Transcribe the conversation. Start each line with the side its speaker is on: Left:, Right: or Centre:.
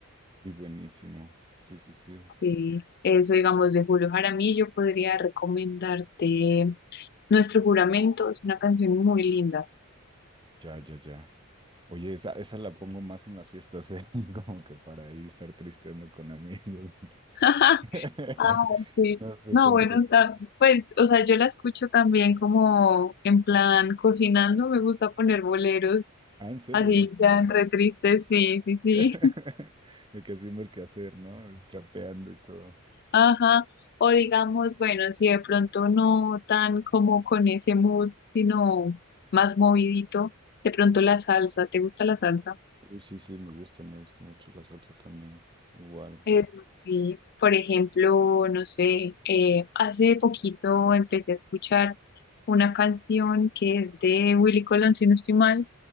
Right: Muy buenísimo. Sí, sí, sí.
Left: Sí. Eso, digamos, de Julio Jaramillo, podría recomendarte Nuestro Juramento. Es una canción muy linda.
Right: Ya, ya, ya. Oye, esa, esa la pongo más en las fiestas, ¿eh? <laughs> Como que para ahí estar tristeando con amigos.
Left: <laughs>
Right: <laughs>
Left: Ah, sí.
Right: No sé,
Left: No,
Right: como
Left: bueno,
Right: que...
Left: ta- pues, o sea, yo la escucho también como en plan cocinando, me gusta poner boleros
Right: Ah, ¿en serio?
Left: así ya re tristes, sí, sí, sí.
Right: <laughs>
Left: <laughs>
Right: De que haciendo el quehacer, ¿no? Trapeando y todo.
Left: Ajá. O digamos, bueno, si de pronto no tan como con ese mood, sino más movidito, de pronto la salsa, ¿te gusta la salsa?
Right: Uy, sí, sí, me gusta, me gusta mucho la salsa también. Igual.
Left: Eso sí, por ejemplo, no sé, eh, hace poquito empecé a escuchar una canción que es de Willy Colón, si no estoy mal,